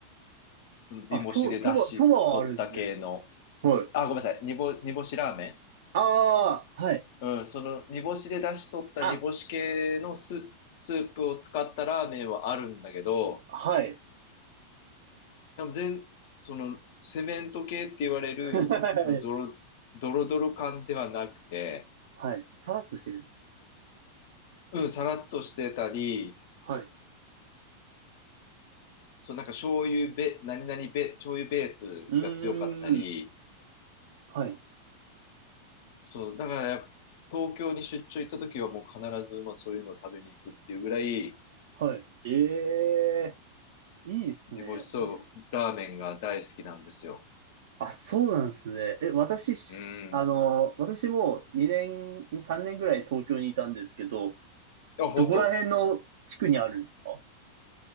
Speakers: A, on the left; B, on the right.
A: その煮干しで出汁取った系の。
B: あ、そ、そば、そばはあるんですね。はい。
A: あ、ごめんなさい。煮干、煮干しラーメン。
B: あー、はい。
A: うん、その煮干しで出汁取った煮干し系のス、
B: あ、
A: スープを使ったラーメンはあるんだけど、
B: はい。
A: でも全、その、セメント系って言われる、
B: はい。
A: その、ドロ、ドロドロ感ではなくて、
B: はい。さらっとしてる。
A: うん、さらっとしてたり、
B: はい。う
A: そう、なんか醤油べ、何々べ、醤油ベースが強かったり、
B: ーん。はい。
A: そう、だからやっぱ、東京に出張行った時はもう必ず、まあそういうのを食べに行くっていうぐらい、
B: はい。ええいいですね。
A: 煮干しそばラーメンが大好きなんですよ。
B: おもしあ、そうなんですね。え、私し、
A: うん。
B: あの、私も2年、3年ぐらい東京にいたんですけど、
A: あ、本当。
B: どこら辺の地区にあるんですか